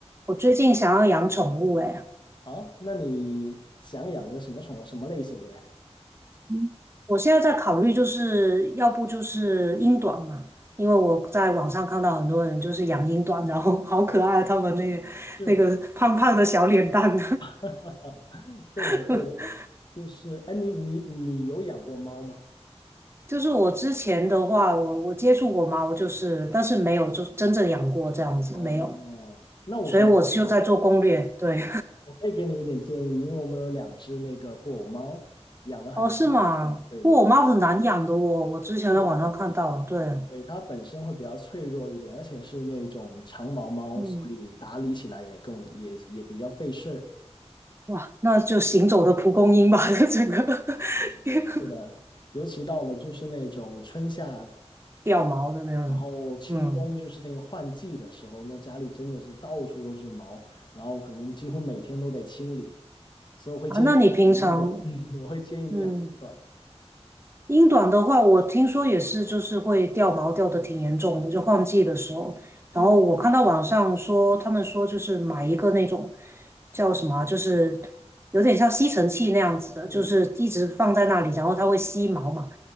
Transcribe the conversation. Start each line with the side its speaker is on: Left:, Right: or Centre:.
Right: 我最近想要养宠物，哎，
Left: 好，那你想养个什么宠物，什么类型的呀？
Right: 嗯我现在在考虑，就是要不就是英短嘛，因为我在网上看到很多人就是养英短，然后 <laughs> 好可爱，他们那个那个胖胖的小脸蛋。
Left: 是，<laughs> 对的，
Right: <laughs>
Left: 对的，就是，哎，你你你有养过猫吗？
Right: 就是我之前的话，我我接触过猫，就是但是没有就真正养过这样子，
Left: 哦，
Right: 没有，
Left: 那我可能可以，
Right: 所以我就在做攻略。对，
Left: 我可以给你一点建议，因为我们有两只那个布偶猫，养了很长时间了。
Right: <laughs> 哦，是吗？
Left: 对对对，
Right: 不过我猫很难养的哦，我之前在网上看到，
Left: 是的，
Right: 对。
Left: 对，它本身会比较脆弱一点，而且是那种长毛猫，
Right: 嗯
Left: 所以打理起来也更也也比较费事儿。
Right: 哇，那就行走的蒲公英吧，<laughs> 整个 <laughs>
Left: 是的，尤其到了就是那种春夏。呃
Right: 掉毛的那种。
Left: 然后秋冬就是那个换季的时候，
Right: 嗯，
Left: 那家里真的是到处都是毛，然后可能几乎每天都得清理，所以我会建议养一短，
Right: 啊，那你平常，
Left: <laughs> 嗯我会建议你养一短，
Right: 嗯，英短的话，我听说也是，就是会掉毛掉的挺严重的，就换季的时候。
Left: 但它是短，
Right: 然后我看到网上说，他们说就是买一个那种叫什么啊就是有点像吸尘器那样子的，
Left: 嗯，
Right: 就是一直放在那里，然后它会吸毛嘛。